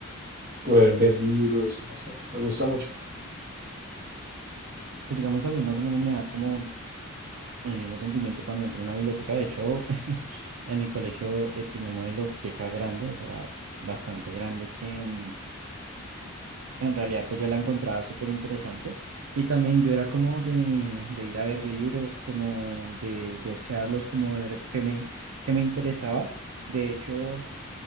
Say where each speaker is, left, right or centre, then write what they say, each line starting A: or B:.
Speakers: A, on the right (about 45°); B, on the right (about 80°).
A: poder ver libros, no sé, me gusta mucho.
B: pues digamos a mí más o menos me da como el mismo sentimiento cuando entro a una biblioteca, de hecho <laughs> en mi colegio eh, tenía una biblioteca grande, o sea, era bastante grande que... mm, En realidad, pues yo la encontraba súper interesante. Y también yo era como de, de ir a ver libros, como de, de hojearlos, como de ver qué me, qué me interesaba. De hecho,